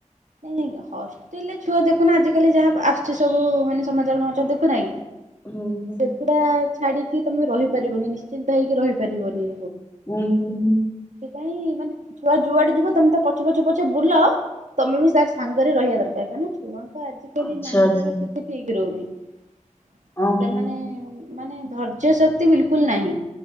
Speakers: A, on the right; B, on the left.
A: ନାଇଁ ନାଇଁ ହଷ୍ଟେଲ ରେ ଛୁଆ ଦେଖୁନ ଆଜିିକାଲି ଯାହା ଆସୁଚି ସବୁ-ଉ-ଉ-ଉ ମାନେ ସମାଚାର ମମାଚାର ଦେଖୁନା କି?
B: ହୁଁ ହୁଁ
A: ସେଗୁଡା ଛାଡିକି ତମେ ରହିପାରିବନି ନିଶ୍ଚିନ୍ତ ହେଇକି ରହିପାରିବନି।
B: ଉୁଁ ହୁଁ।
A: କାଇ ମାନେ ଛୁଆ ଯୁଆଡେ ଯିବ ତମେ ତା ପଛେ ପଛେ ପଛେ ବୁଲ ତମେ ବି ତାର ସାଙ୍ଗରେ ରହିବା ଦରକାର। କାହିଁନା ଛୁଆଙ୍କୁ ଆଜିକାଲି
B: ଆଚ୍ଛା
A: ମାନସିକ
B: ଆଚ୍ଛା
A: ସ୍ଥିତି ଠିକ ରହୁନି। ସେମାନେ-ଏ-ଏ
B: ଓହୋ
A: ମାନେ ଧର୍ଯ୍ୟଶକ୍ତି ବିଲକୁଲ ନାହିଁ।